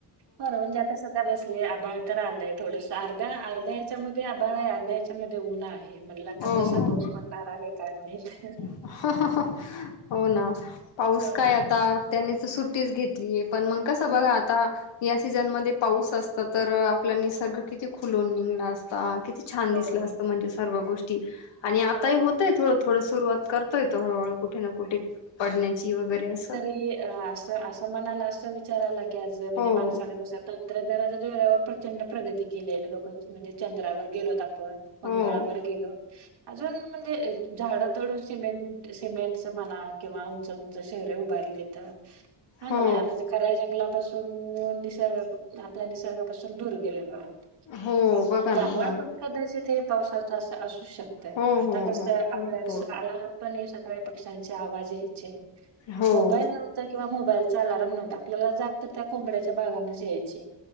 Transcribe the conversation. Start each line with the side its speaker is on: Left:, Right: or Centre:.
Right: हो, ना. म्हणजे आता सध्या बसलेय. आभाळ तर आलंय थोडसं. अर्धा -अर्ध्या ह्याच्या मध्ये आभाळय. अर्ध्या ह्याच्यामध्ये ऊनाय. मी म्हणल,
Left: हो
Right: आता कसा?
Left: हो
Right: पाऊस पडणार आहे. काय माहित?
Left: <unintelligible> हो, ना. पाऊस
Right: हो
Left: काय
Right: ना.
Left: आता? त्यांनी त सुट्टीच घेत लिय. पण मग कसं
Right: हम्म.
Left: बघ, आता या सीझनमध्ये पाऊस असत तर, आपला निसर्ग किती खुलून निघला असता. किती छान
Right: हो
Left: दिसलं
Right: ना.
Left: असतं. म्हणजे सर्व गोष्टी. आणि आता
Right: हां.
Left: होतंय, थोडं -थोडं सुरुवात करतोय तो, हळूहळू. कुठे ना, कुठे पडण्याची. वगैरे असं.
Right: की, अस- असं मनाला असं विचार आला की, आज म्हणजे
Left: हो
Right: माणसाने जस तन तंत्रज्ञानाच्या जोरावर प्रचंड प्रगती केलीय. लोक म्हणजे चंद्रावर गेलोत. आपण मंगळावर
Left: हो
Right: गेलो. अजून म्हणजे झाड तोडून, सिमेंट- सिमेंट असं म्हणा. किंवा उंच -उंच शेहरे उभारलेत. हा,
Left: हो
Right: ना. म्हणजे, खऱ्या जंगला पासून निसर्गा, आपल्या निसर्गापासून, दूर गेलेलो आहोत.
Left: हो बघा
Right: त्यामुळे
Left: ना बघा ना
Right: पण कदाचित हे, पावसाच असं, असू शकत
Left: हो
Right: आता,
Left: हो
Right: तस
Left: हो
Right: आपल्या
Left: भरपूर
Right: आलाराम पण सकाळी <inaudible> आवाज यायचे.
Left: हो
Right: मोबाईल नव्हत, किंवा मोबाईलचा अलारम नव्हता, आपल्याला तर, त्या कोंबड्याच्या भागनेच यायची